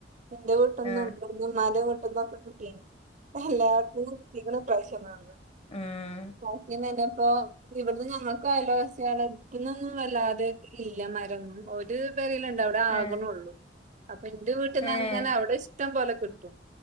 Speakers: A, on the right (about 45°); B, on the left (about 35°).
A: എൻ്റെ വീട്ട്ന്നുംഇവട്ന്ന്
B: ആഹ്
A: മ്മാൻ്റെ വീ ന്നൊക്കെ കിട്ടീണ് എല്ലോട്ത്ത് ന്നും കിട്ടിക്ക്ണ് പൈസ വാങ്ങ
B: എം
A: ബാക്കി നിന്നപ്പോ ഇവട്ന്ന് ഞങ്ങൾക്ക് അയൽവാസ്യളടുത്ത്ന്നുന്നും വല്ലാതെ ഇല്ല മരം ഒരു വരലുണ്ടവിടെ
B: ഏഹ്
A: ആക്ണൊലൂ അപ്പ ഇൻ്റ വീട്ട്ന്നങനെ
B: ഏഹ്
A: അവിടെ ഇട്ടം പോലെ കിട്ടും